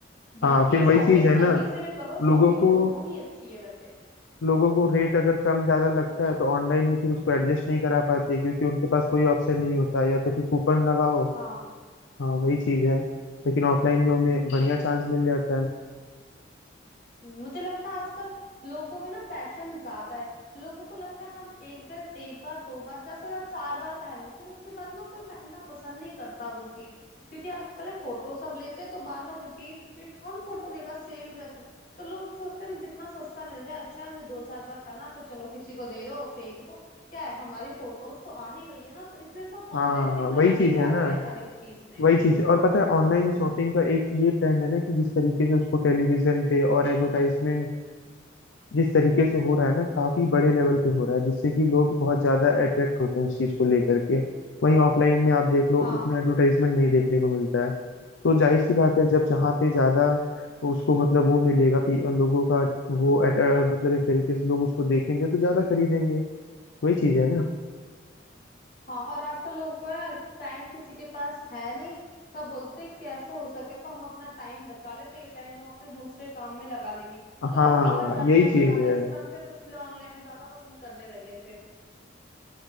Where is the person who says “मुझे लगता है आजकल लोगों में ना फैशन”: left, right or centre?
Left